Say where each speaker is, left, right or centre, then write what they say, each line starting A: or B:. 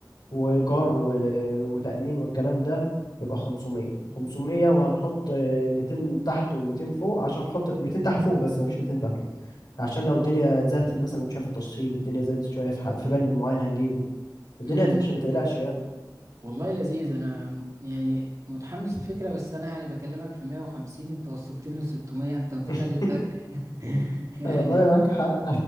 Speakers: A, on the left; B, on the right.
A: وإيجار و- وتأمين والكلام ده يبقى 500 500 وهنحط آه، 200 تحت و200 فوق عشان خاطر 200 تحت فوق بس مفيش 200 تحت عشان لو الدنيا زادت مثلا شاف التصيب الدنيا زادت شوية في ح- في بند معين هنجيبه والدنيا
B: امم
A: هتمشي ما تقلقش يعني
B: والله لذيذ انا م- يعني متحمس الفكرة بس انا يعني بكلمك في 150 انت وصلتني ل 600 انت متخيل
A: <laughs>
B: الفرق <laughs> يعني
A: والله معاك حق